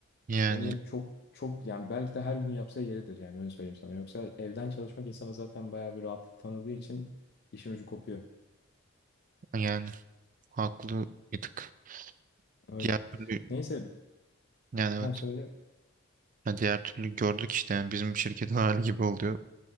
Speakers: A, on the right (about 40°); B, on the left (about 50°).
A: yani
B: Onu çok çok yani belki de her gün yapsa yeridir yani öyle söyleyeyim sana. Yoksa evden çalışmak insana zaten bayağı bir rahatlık tanıdığı için işin ucu kopuyor.
A: yani haklı bir tık.
B: Öyle.
A: Diğer türlü
B: Neyse
A: yani
B: hem
A: evet.
B: söyle.
A: Yani diğer türlü gördük işte yani bizim şirketin <laughs> hali gibi oluyor.